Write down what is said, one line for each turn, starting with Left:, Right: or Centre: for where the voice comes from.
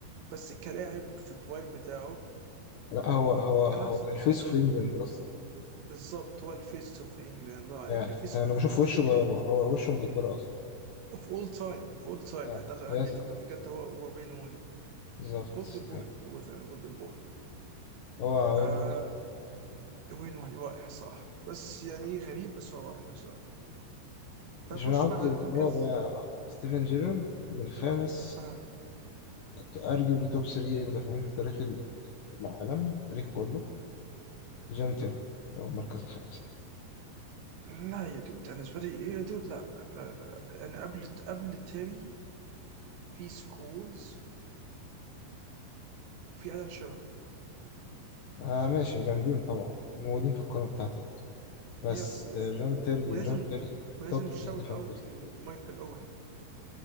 Right: بس كلاعب في البرايم بتاعه
Left: لا هو هو
Right: كان
Left: هو
Right: احسن
Left: الفيس في انجلاند اصلا
Right: بالظبط هو الفيس اوف انجلاند الله عليك
Left: يعني
Right: الفيس
Left: انت انا بشوف
Right: اوف
Left: وشه
Right: انجلاند
Left: ب... ب- هو وشه انجلترا اصلا
Right: اوف اول تايم اوف اول تايم
Left: اه
Right: اعتقد حد
Left: يس
Right: يفكر في الجلد هو هو وين روني
Left: بالظبط
Right: جولدن بوي
Left: يعني
Right: سموه فعلا جولدن بوي
Left: هو
Right: آه
Left: وين روني
Right: وين وين رائع صح بس يعني إيه، غريب بس هو رائع في نفس الوقت تخش
Left: عشان عندي
Right: بقى على
Left: الرابع
Right: المركز
Left: ستيفن جيرارد والخامس
Right: آه
Left: ارجيولي توب 3 مدافعين في تاريخ العالم التاريخ كله جون تيري هو المركز الخامس
Right: لا يا دود انا بالنسبه لي إيه يا دود لا لا لا, لا. انا قبل قبل تيري في سكولز وفي الان شيرر
Left: آه ماشي جامدين طبعا موجودين في القائمة بتاعتي برضه بس
Right: يا وف-
Left: آه جون
Right: و-
Left: تيري
Right: ولازم
Left: جون تيري
Right: ولازم
Left: توب 3
Right: شاوت
Left: ديفندرز
Right: اوت لمايكل اوين